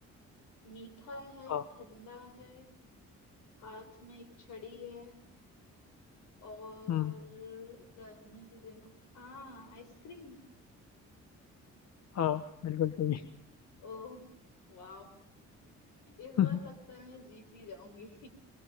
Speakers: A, on the left (about 85°); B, on the left (about 60°).
A: मीठा है
B: हाँ
A: ठंडा है हाथ में एक छड़ी है और
B: हम्म
A: गर्मी के दिनों आ आइसक्रीम
B: हाँ बिल्कुल सही
A: ओह वाह इस
B: <laughs>
A: बार लगता है मैं जीत ही जाऊंगी <laughs>